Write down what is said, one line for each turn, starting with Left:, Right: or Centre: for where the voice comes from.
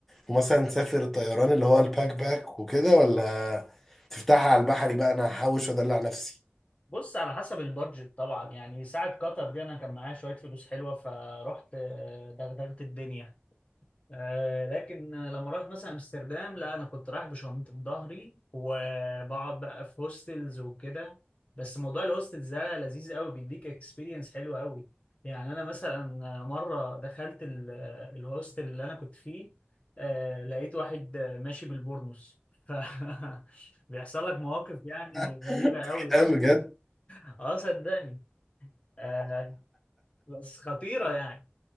Centre: ومثلا تسافر طيران اللي هو الباك باك وكده ولا تفتحها على البحري بقى انا هحوش وادلع نفسي
Left: بص على حسب البادجت طبعا يعني ساعة قطر دي انا كان معايا شوية فلوس حلوة فرحت آه، دغدغت الدنيا آه، لكن آه، لما رحت مثلا امستردام لا انا كنت رايح بشنطة ظهري وبقعد بقى في هوستلز وكده بس موضوع الهوستلز ده لذيذ قوي بيديك اكسبيرينس حلوة قوي يعني انا مثلا مرة دخلت ال- الهوستل اللي انا كنت فيه آه، لقيت واحد آه، ماشي بالبورنوس ف <laughs> بيحصل لك مواقف يعني
Centre: <laughs>
Left: غريبة قوي
Centre: كلام
Left: قوي
Centre: بجد
Left: اه صدقني آه بس خطيرة يعني